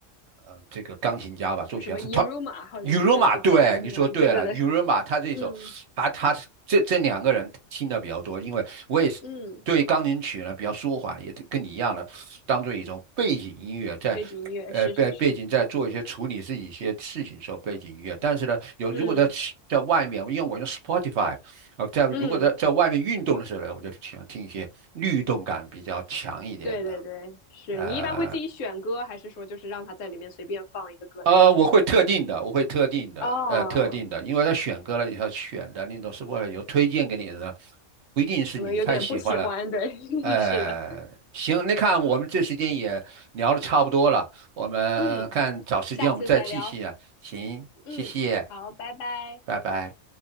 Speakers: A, on the right; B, on the left.
A: 呃这个钢琴家吧，作曲家，
B: 有什么 Iruma，
A: 他
B: 或者是这这叫这个什么？
A: 雨柔马，对，你说对了，
B: 对对对，
A: 雨柔马他这首，
B: 嗯
A: 把他这这两个人听的比较多，因为我也是对钢琴曲呢比较舒缓，
B: 嗯，
A: 也跟你一样的，当做一种背景音乐在。
B: 背景音乐是是是，
A: 呃，背背景在做一些处理自己一些事情的时候，背景音乐。但是呢，有如果在在外面，
B: 嗯
A: 因为我用 Spotify，呃，在如果在在外面运动的时候呢，
B: 嗯，
A: 我就喜欢听一些律动感比较强一点的。
B: 对对对，是你一般会自己选歌，
A: 呃，
B: 还是说就是让他在里面随便放一个歌单什么的？
A: 呃，我会特定的，我会特定的，
B: 哦，
A: 呃，特定的，因为他选歌了以后选的那种是或者有推荐给你的，不一定是你太喜欢了。
B: 可能有点不喜欢，对，<laughs>
A: 呃，
B: 是的，
A: 行，那看我们这时间也聊的差不多了，我们看找时间我们再继续啊。
B: 嗯，下次再聊，
A: 行，
B: 嗯，
A: 谢谢，
B: 好，拜拜。
A: 拜拜。